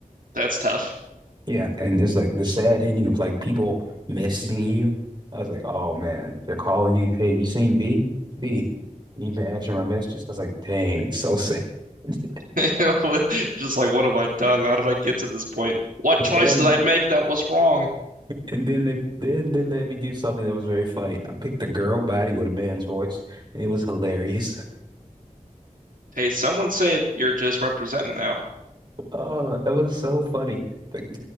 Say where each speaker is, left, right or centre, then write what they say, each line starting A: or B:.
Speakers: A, on the right (about 75°); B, on the right (about 30°).
A: That's tough.
B: Yeah, and it's like the sad ending of like people messaging you. I was like, oh man, they're calling you. Hey, have you seen V? V, you been answering my messages. I was like, dang, it's so sad. <laughs>
A: <laughs> Just like, what have I done? How did I get to this point? What choice
B: And
A: did I make that was wrong?
B: and then they then they let me do something that was very funny. I picked a girl body with a man's voice. and It was hilarious. <laughs>
A: Hey, someone say you're just representing now.
B: Oh, it was so funny. But,